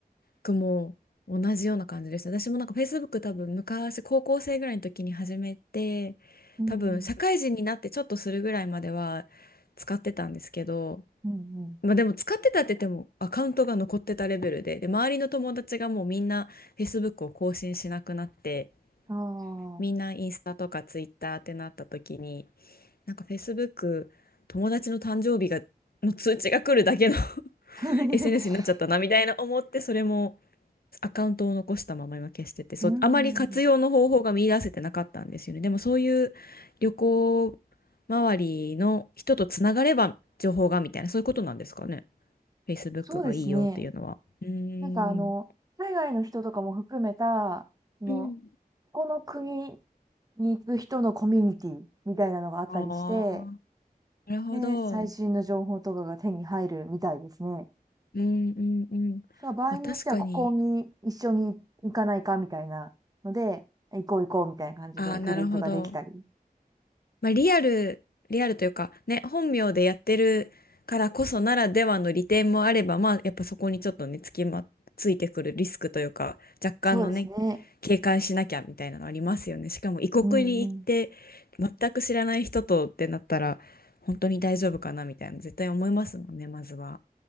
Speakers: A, on the left; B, on the right.
A: クも同じような感じでした。私もなんか Facebook 多分昔高校生ぐらいの時に始めて、
B: うん
A: 多分社会人になってちょっとするぐらいまでは使ってたんですけど、
B: うん。うん
A: まあでも使ってたって言ってもアカウントが残ってたレベルで、で、周りの友達がもうみんな Facebook を更新しなくなって、
B: うん。
A: みんなインスタとか
B: ああ。
A: Twitter ってなった時に、なんか Facebook 友達の誕生日がの通知が来るだけの <laughs>
B: <laughs>
A: SNS になっちゃったなみたいな思ってそれもアカウントを残したまま今消してて、
B: うんうんうんうんああうんんうん
A: そう、あまり活用の方法が見出せてなかったんですよね。でもそういう旅行周りの人とつながれば情報がみたいな、そういうことなんですかね。Facebook
B: そうですね。
A: がいいよっていうのは。うーん。
B: なんかあの、海外の人とかも含めた、その、
A: うん。
B: ここの国に行く人のコミュニティみたいなのがあったりして、
A: ああ、なるほど。
B: で、最新の情報とかが手に入るみたいですね。
A: うんうんうん。
B: だから場合によっては、
A: まあ確かに。
B: ここに一緒に行かないかみたいなので、行こう行こうみたいな感じでグループができたり。
A: ああ、なるほど。まあ、リアル、リアルというか、ね、本名でやってるからこそならではの利点もあれば、まあ、やっぱそこにちょっとね、つきま、ついてくるリスクというか、若干のね、
B: そうですね。
A: 警戒しなきゃみたいなのありますよね。しかも異国に行って、
B: うんうん。
A: 全く知らない人とってなったら、本当に大丈夫かなみたいな、絶対思いますもんね、まずは。